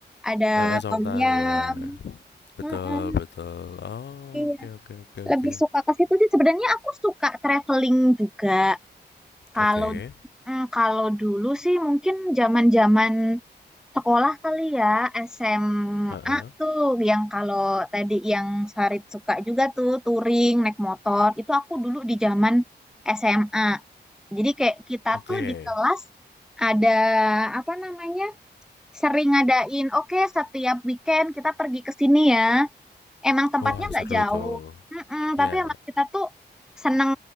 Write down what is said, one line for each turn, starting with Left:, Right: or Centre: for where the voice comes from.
Centre: ada
Left: eh, eh, somtang
Centre: tom yum
Left: ya. Betul,
Centre: heeh,
Left: betul. Oh,
Centre: iya
Left: oke oke oke
Centre: lebih
Left: oke.
Centre: suka ke situ sih sebenarnya aku suka traveling juga kalau
Left: Oke.
Centre: mm, kalau dulu sih mungkin zaman-zaman Sekolah kali ya, SMA
Left: Heeh.
Centre: tuh yang kalau tadi yang Farid suka juga tuh touring, naik motor. Itu aku dulu di zaman SMA. Jadi kayak kita
Left: Oke.
Centre: tuh di kelas ada apa namanya? sering ngadain, oke setiap weekend kita pergi ke sini ya emang tempatnya
Left: Wah,
Centre: nggak
Left: seru
Centre: jauh
Left: tuh.
Centre: Mm-mm, tapi
Left: Ya.
Centre: emang kita tuh seneng